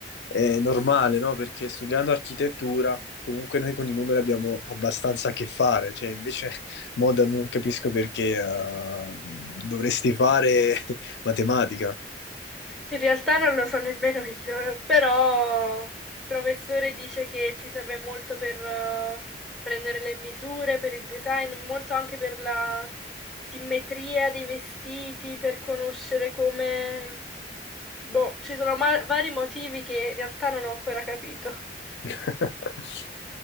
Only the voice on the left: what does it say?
eh, normale, no? Perché studiando architettura, comunque noi con i numeri abbiamo abbastanza a che fare, cioè invece <laughs> moda non capisco perché eh, dovresti fare <laughs> matematica.
<laughs>